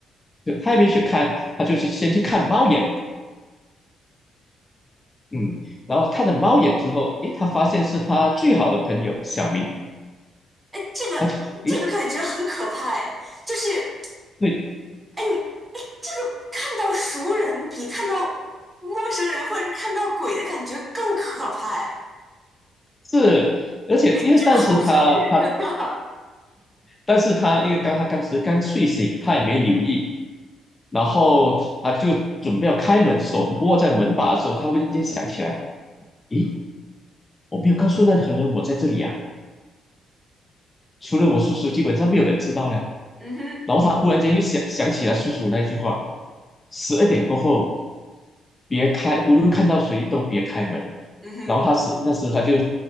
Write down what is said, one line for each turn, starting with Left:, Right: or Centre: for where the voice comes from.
Left: 他也没去看，他就去先去看猫眼，嗯，然后看了猫眼之后，诶，他发现是他最好的朋友小明，
Right: 哎，这个这个感觉很可怕哎，
Left: 他就诶，
Right: 就是
Left: 对，
Right: 哎你哎，这个看到熟人比看到陌生人或者是看到鬼的感觉更可怕哎，
Left: 是，而且因为当时他他
Right: 这个好瘆人啊！
Left: 但是他因为刚他当时刚睡醒，他也没留意，然后他就准备要开门，手握在门把的时候，他忽然间想起来，咦，我没有告诉任何人我在这里啊，除了我叔叔，基本上没有人知道呀。
Right: <laughs> 嗯哼，
Left: 然后他忽然间又想想起了叔叔那句话：十二点过后，别开，无论看到谁都别开门。
Right: 嗯哼，
Left: 然后他是那时他就